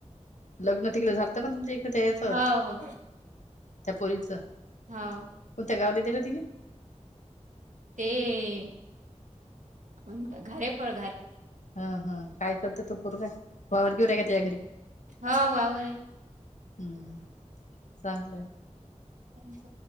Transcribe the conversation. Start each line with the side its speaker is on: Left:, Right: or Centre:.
Left: लग्न तिकडे झालत ना तुमच्या इकडे याचं
Right: हो हो
Left: त्या पोरीच कोणत
Right: हो
Left: गावले दिला तिने
Right: ते कोणत घारेफळ
Left: हा हा काय करते तो पोरगा वावर गिवर आहे का त्याया घरी
Right: हा वावर आहे
Left: हम्म चांगलंय
Right: हम्म